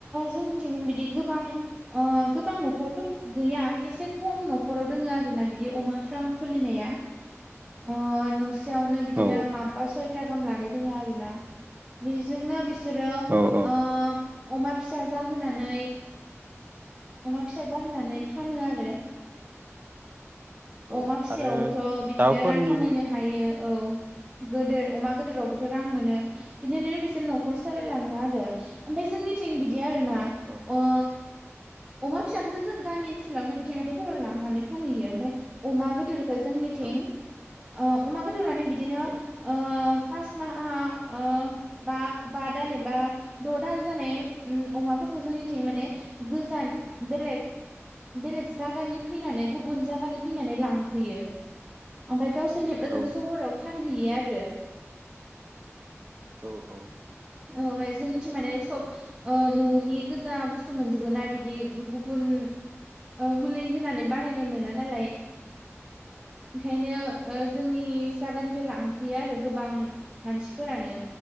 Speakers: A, on the right; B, on the right.
A: जोंनिथिं बिदि गोबां अ गोबां नखरावथ' गैया एसे खम नखर दोंङो आरोना बिदि अमा फार्म खुलिनाया। या अ न खाथियावनो बिदिनो
B: औ
A: माबबा सयथा गाहाम लानाय दोंङ आरोना बेजोंनो बिसोरो
B: औ औ
A: ओ अमा फिसा जाहोनानै। अमा फिसा जाहोनानै फानो आरो।
B: औ
A: अमा फिसायावबोथ'
B: आरो
A: बिदिनो
B: दाउफोरनि
A: रां खामायनो हायो औ। गोदोर अमा गोदोरावबोथ' रां
B: औ
A: मोनो बिनिनो बिसोर नखर सलायलांङो आरो ओमफाय जोंनिथिं बिदि। बिदि आरोना
B: औ
A: ओ अमा फिसाखौथ' जों गामि ओनसोलावनो बिदि हाथााइफोराव लांनानै फानहैयो ओमफाय अमा गोदोर। जोंनिथिं
B: औ
A: ओ अमा गोदोर माने बिदिनो
B: औ
A: ओ फास माहा ओ‌ बा बा दान एबा द' दान जानाय उं अमाफोरखौ जोंनिथिं माने गोजान बेलेग-बेलेग जागानि फैनानै गुबुन जागानि फैनानै लांफैयो। ओमफाय गावसोरनि ओजों
B: औ
A: सहराव फानहैयो आरो
B: औ-औ
A: औ जोंनिथिं माने सब ओ ननि गोजा बुस्थु मोनजोबो ना बिदि। गुबुन ओ मुलि होनानै बानायनाय मोना नालाय। ओंखायनो ओ जोंनि जागानिफ्राय लांफैयो आरो गोबां मानसिफोरानो